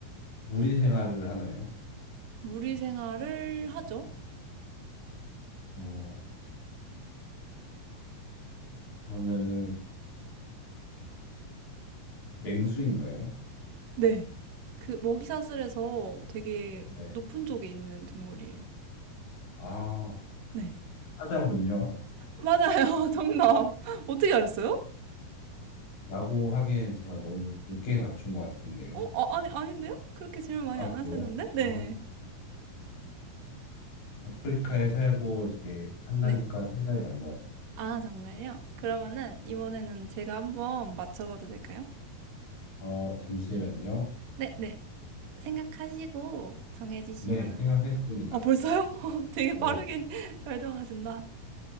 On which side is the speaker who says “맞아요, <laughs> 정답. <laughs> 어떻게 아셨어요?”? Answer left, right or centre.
Right